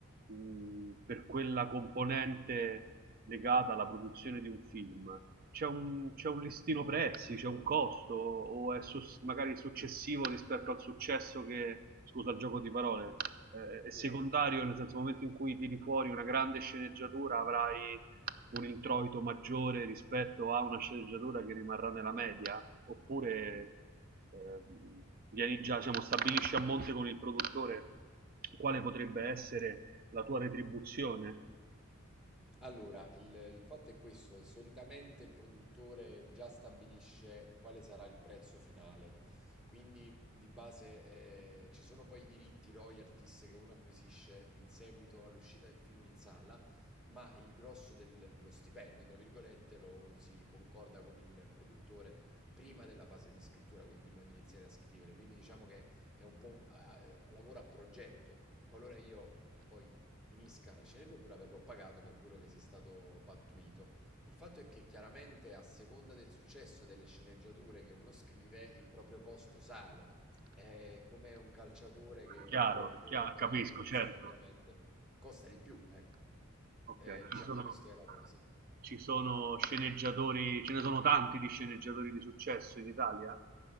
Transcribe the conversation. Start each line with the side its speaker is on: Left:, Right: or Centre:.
Right: mh, per quella componente legata alla produzione di un film. C'è un, c'è un listino prezzi, c'è un costo, o è sus- magari successivo rispetto al successo che, scusa il gioco di parole, eh, è secondario,
Centre: sì,
Right: nel senso nel momento in cui tiri fuori una grande sceneggiatura avrai un introito maggiore rispetto a una sceneggiatura che rimarrà nella media, oppure ehm, vieni già, diciamo, stabilisci a monte con il produttore quale potrebbe essere la tua retribuzione.
Centre: Allora, il, il fatto è questo, solitamente il produttore già stabilisce quale sarà il prezzo finale, quindi di base eh, ci sono poi i diritti royalties che uno acquisisce in seguito all'uscita del film in sala, ma il grosso del- dello stipendio, tra virgolette, lo, lo si concorda con il produttore prima della fase di scrittura, quindi prima di iniziare a scrivere, quindi diciamo che è un po' un, a- a- un lavoro a progetto, qualora io... Poi finisca la sceneggiatura verrò pagato per quello che sia stato pattuito. Il fatto è che chiaramente a seconda del successo delle sceneggiature che uno scrive, il proprio costo sale. È come un calciatore che
Right: Chiaro,
Centre: è molto
Right: chiaro,
Centre: talentuoso,
Right: capisco, certo.
Centre: ovviamente costa di più, ecco.
Right: Ok,
Centre: Eh, diciamo,
Right: ci sono,
Centre: questa è la cosa.
Right: ci sono sceneggiatori, ce ne sono tanti di sceneggiatori di successo in Italia?